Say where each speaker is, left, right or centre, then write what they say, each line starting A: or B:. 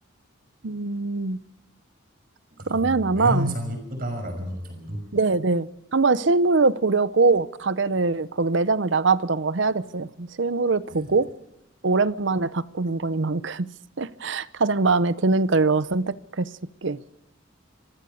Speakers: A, on the right; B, on the right.
A: 음, 그러면
B: 약간
A: 아마
B: 외형상 이쁘다라는 거 정도?
A: 네, 네. 한번 실물로 보려고 가게를 거기 매장을 나가보던 거 해야겠어요. 실물을 보고
B: 네네.
A: 오랜만에 바꾸는 거니만큼 <laughs> 가장 마음에 드는 걸로 선택할 수 있게.